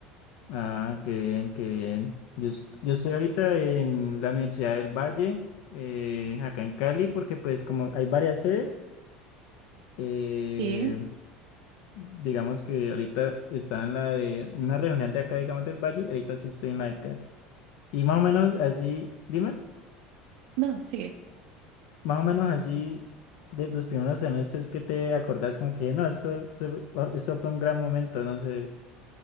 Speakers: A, on the left; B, on the right.
A: Ah, qué bien, qué bien. Yo, est- yo estoy ahorita en la Universidad del Valle, eh, acá en Cali, porque pues como hay varias sedes, eh,
B: Sí,
A: digamos que ahorita está en la de una regional de acá, digamos del Valle, ahorita sí estoy en la de Cali. Y más o menos así, dime,
B: no, sigue.
A: más o menos así de los primeros semestres que te acordás como que no, esto, fue- oh, esto fue un gran momento, no sé.